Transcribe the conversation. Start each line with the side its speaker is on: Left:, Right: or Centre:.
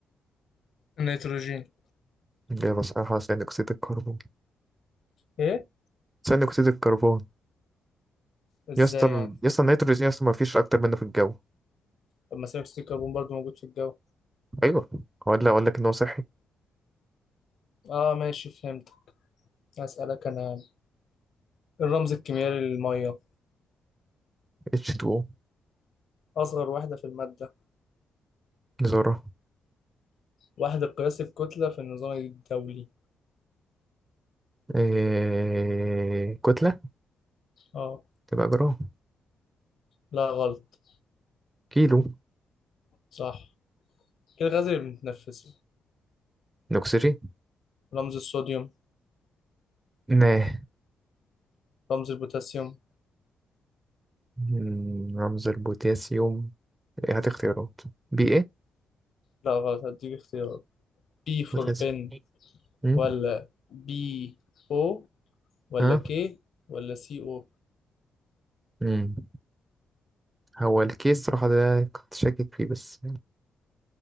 Left: النيتروجين
Right: الاجابه صحيحه ثاني اكسيد الكربون
Left: ايه
Right: ثاني اكسيد الكربون
Left: ازاي
Right: يسطا
Left: يعني
Right: يسطا النيتروجين يسطا ما فيش اكتر منه في الجو
Left: طب ما ثاني اكسيد الكربون برضه موجود في الجو
Right: ايوه ولا اقول لك ان هو صحي
Left: اه ماشي فهمت اسالك انا الرمز الكيميائي للمية
Right: H2O
Left: أصغر وحدة في المادة
Right: ذره
Left: وحدة قياس الكتلة في النظام الدولي
Right: إيه... كتله
Left: اه
Right: تبقى جرام
Left: لا غلط
Right: كيلو
Left: صح إيه الغاز اللي بنتنفسه
Right: الاكسجين
Left: رمز الصوديوم
Right: ناه
Left: رمز البوتاسيوم
Right: مم، رمز البوتاسيوم إيه هات اختيارات بي ايه
Left: لا غلط هديك اختيارات بي فور
Right: بوتاسيوم
Left: بن
Right: مم.
Left: ولا بي او ولا
Right: اه
Left: كي ولا سي او
Right: مم. هو الكيس صراحة ده كنت شاكك فيه بس